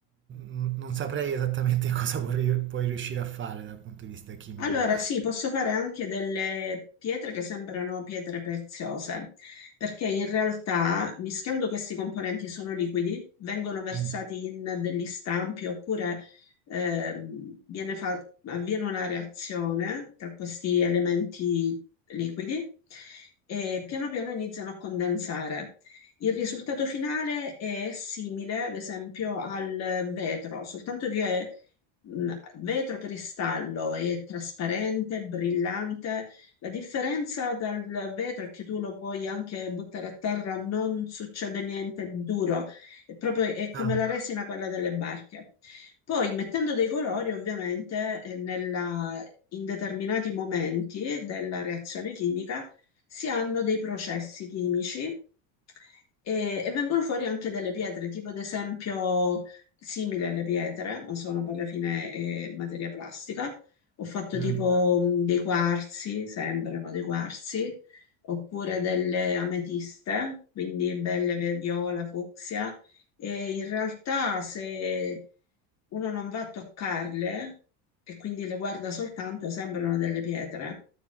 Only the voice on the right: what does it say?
mh, non saprei esattamente <laughs> cosa puoi, puoi riuscire a fare dal punto di vista chimico.
Mm.
Ah,
mm,